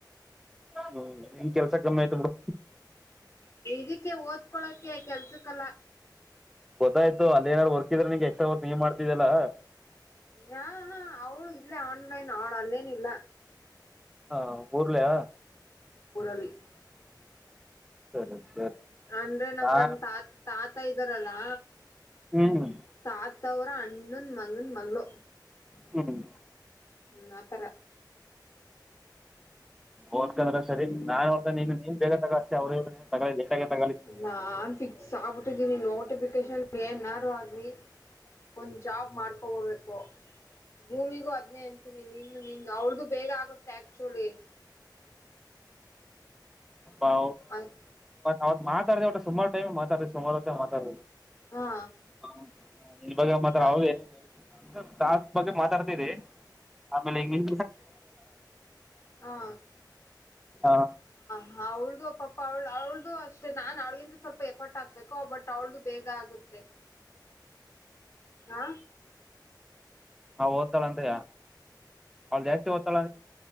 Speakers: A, in the centre; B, on the left (about 40°).
A: ಹ್ಮ ನಿನ್ ಕೆಲ್ಸ ಕಮ್ಮಿ ಆಯ್ತುಂಬೀಡು
B: ಇದಕ್ಕೆ ಓದ್ಕೊಳಕೆ ಕೆಲ್ಸಕ್ಕಲ್ಲ
A: ಗೊತ್ತಾಯ್ತು ಅಲ್ಲಿ ಏನಾದ್ ವರ್ಕ್ ಇದ್ರೆಗೆ ಎಕ್ಸ್ಟ್ರಾ ವರ್ಕ್ ನೀ ಮಾಡ್ತಿದ್ದಲ್ಲಾ
B: ಹಾ ಹಾ ಅವಳ ಇಲ್ಲೇ ಆನ್ಲೈನ್ ಅವಳ ಅಲ್ಲೇನ ಇಲ್ಲ
A: ಹಾ ಊರ್ಲ್ಲಯ
B: <inaudible>
A: ಹ್ಮ ಸರಿ
B: ಅಂದ್ರೆ ನಮ್
A: ಹಾ
B: ನಮ್ ತಾತ್ ತಾತ್ ತತ ಇದ್ದಾರಲ್ಲಾ
A: ಹ್ಮ್
B: ತಾತವ್ರ ಅಣ್ಣನ್ ಮಗನ್ ಮಗಳು
A: ಹ್ಮ್
B: ಹ ಅಥರ
A: ಓದ್ಕಂದ್ರೆ ಸರಿ ನಾನ್ ಹೋತ ನೀನ್ ನೀನ್ ಬೇಗ ತಗೋಳ್ಷ್ಟೇ ಅವ್ರ ಲೇಟಾಗೆ ತಗೋ ತಗೊಳ್ಳಿ
B: ನಾನ್ ಫಿಕ್ಸ್ ಆಗ್ಬಿಟ್ಟಿದ್ದೀನಿ ನೋಟಿಫಿಕೇಶನ್ ಏನಾರು ಆಗಲಿ ಒಂದ್ ಜಾಬ್ ಮಾಡ್ಕೊಬಡ್ಬೇಕು ಭೂಮಿಗೂ ಹದ್ನೇ ಅಂತೀನಿ ನಿನು ನಿನ್ ಅವಳ್ದು ಬೇಗ ಆಗುತ್ತೆ ಆಕ್ಚುಲಿ <inaudible>
A: ಅ
B: ಆಯ್ತು
A: ಅವ ಮಾತಾಡ್ದ ಅವ ಸುಮಾರು ಟೈಮ್ ಮಾತಾಡ ಸುಮಾರು ಮಾತಡ
B: ಹಾ
A: ಹ ಇನ್ ಬಾಗ ಮಾತ್ರ
B: ಆಯ್
A: ಅವೇ ಅ ಟಾಸ್ಕ್ ಬಗ್ಗೆ ಮಾತಾಡ್ತರಿ ಆಮೇಲೆಲ್ಲ
B: ಹಾ
A: ಹ
B: ಹಾ ಅವಳ್ದು ಪಾಪ್ಪ ಅವ್ಳು ಅವಳ್ದು ಅಷ್ಟೇ ನಾನ್ ಅವಳಗಿಂದು ಸ್ವಲ್ಪ ಎಫರ್ಟ್ ಹಾಕ್ಬೇಕೋ ಬಟ್ ಅವಳ್ದು ಬೇಗ ಆಗುತ್ತೆ ಆ
A: ನಾವ ಓದ್ತಾಳ ಅಂತಯ ಅವಳ ಜಾಸ್ತಿ ಓದ್ತಾಳ